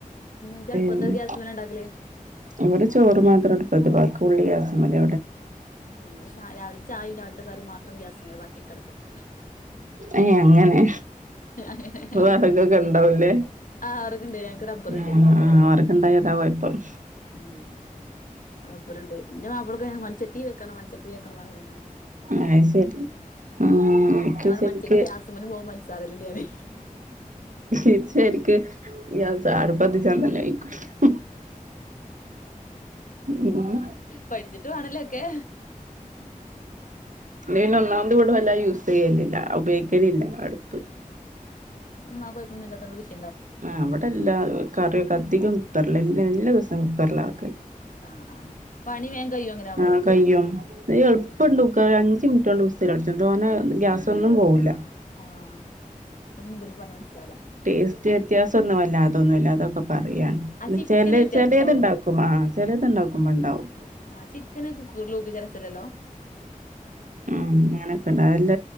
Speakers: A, on the left; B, on the right.
A: ഇജ്
B: പിന്നെ
A: അടുപ്പത്താ ഗ്യാസ് മല ഉണ്ടാക്കല്
B: ഇവിടെ ചോറ് മാത്രം അടുപ്പത്ത് ബാക്കി ഫുള്ളും ഗ്യാസ് മല്
A: ഞങ്ങള് ച രാവിലെത്തെ ചായി രാവിലെ ത്തെക്കറിം മാത്രം ഗ്യാസ് മേല് ബാക്കിയൊക്കെ അടുപ്പത്ത്
B: ഏ അങ്ങനെ
A: അങ്ങനെ
B: വറക് ഒക്കെ ഉണ്ടാവുല്ലേ
A: ആഹ് അവർക്കുണ്ട് ഞങ്ങക്ക് റബ്ബറുണ്ട്
B: ആ വെറക് ഉണ്ടായാൽഅതാ കൊയപ്പം
A: ഉം ഇബടണ്ട് എൻ്റെ മാപ്പിളക്ക് മൺചട്ടിൽ വെക്കണം മൺചട്ടില് വെക്കണംന്നറിഞ്ഞോണ്ടാണ് വെക്കണം പറഞ്ഞ് കൊണ്ടാണ്
B: അത് ശരി ഉ എനിക്ക്
A: ഞാൻ പറഞ്ഞു
B: ശരിക്ക്
A: മൺചട്ടി ഗ്യാസുമ്മലും പോകും പഞ്ചസാരയിലും ഞാന്
B: ീച്ച എക്ക് ഞ സാറ് പതിിച്ചാ തന്നെയിക്ക <unintelligible> ഉം
A: പഠിച്ചിട്ട് വേണല്ലേ ഒക്കെ
B: ഇന്ന ഒന്നാമത് കൂട വല്ല യൂസ് ചെയ്യലില്ല ഉപയോഗിക്കലില്ല അടുപ്പ്
A: ആ് കോയിപ്പന്നില്ലല്ലാത്ത വിം
B: ആ അവിടെല്ലാ കറിയൊക്കെ അധികം കുക്കറില എല്ല എല്ലാ ദിവസം കുക്കറില ആക്കല്
A: ആഹ് ആഹ് പണി വേഗം കഴിയും അങ്ങനെ ആവുമ്പളേ
B: ആഹ കഴും അ എളുപ്പംണ്ട്ക്ക
A: ആഹ്
B: ണ്ട് വിസ ല ടിക്കു ോനെ ഗ്യാസ ഒന്നും പോവില്ല
A: ആഹ് അതൊന്നും ഇവർക്ക് പറഞ്ഞാ മനസ്സിലാവില്ല
B: ടേസ് ടേസ് ഗ്യാസൊന്നു വല്ലാതെഅതന്നുമല്ല അതെ പറയൻ
A: ആ ചിക്കനെ
B: ച
A: വ്യത്യാസം
B: ചിലത്ണ്ടാക്കും
A: ഉണ്ടാവുള്ളൂ
B: ആ ചിലത്ണ്ടാക്കുമ്പോ ഉണ്ടാവും
A: ആഹ ചിക്കനൊക്കെ കു ലൂപ്പിിച്ചരസല്ലല്ലോ
B: ഉ അങ്ങനെയൊക്കെണ്ട് അല്ല